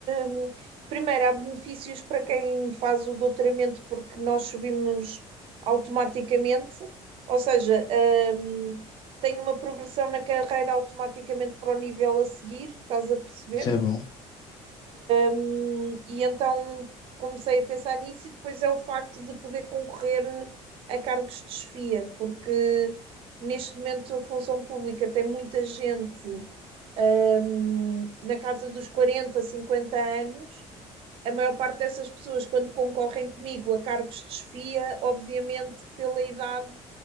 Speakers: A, on the right; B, on the left.
A: hum, primeiro, há benefícios para quem faz o doutoramento porque nós subimos automaticamente, ou seja, hum, tem uma progressão na carreira automaticamente para o nível a seguir, estás a perceber?
B: Isso é bom,
A: Hum, E então comecei a pensar nisso, e depois é o facto de poder concorrer a cargos de chefia, porque neste momento a função pública tem muita gente, hum, na casa dos 40, 50 anos a maior parte dessas pessoas, quando concorrem comigo a cargos de chefia, obviamente pela idade